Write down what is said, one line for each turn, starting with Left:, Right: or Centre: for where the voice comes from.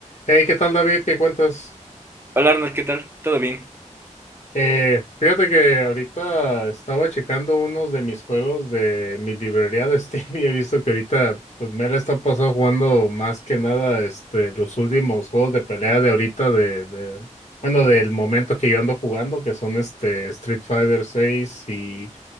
Left: Hey, ¿qué tal, David? ¿Qué cuentas?
Right: Hola Arnold, ¿qué tal? ¿Todo bien?
Left: Eh, fíjate que ahorita estaba checando unos de mis juegos de mi librería de Steam <laughs> y he visto que ahorita, pues me la está pasando jugando más que nada este, los últimos juegos de pelea de ahorita, de, de- bueno, del momento que yo ando jugando, que son este Street Fighter seis y